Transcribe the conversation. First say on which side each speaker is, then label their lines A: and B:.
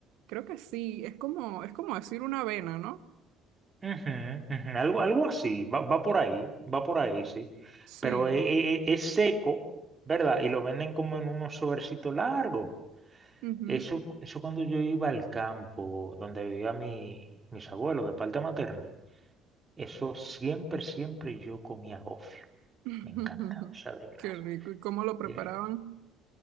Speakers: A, on the right (about 80°); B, on the right (about 20°).
A: creo que sí. Es como, es como decir una avena, ¿no?
B: Ujú, ujú, Algo, algo así, va, va por ahí, va por ahí, sí.
A: Sí.
B: Pero e- e- e- es, seco, ¿verdad? Y lo venden como en unos sobrecitos largos.
A: ujú.
B: Eso, eso cuando yo iba al campo donde vivía mi, mis abuelos de parte materna, eso siempre, siempre yo comía gofio.
A: <laughs>
B: Me encantaba esa de grasa.
A: Qué rico. ¿Y cómo lo preparaban?
B: Yeah.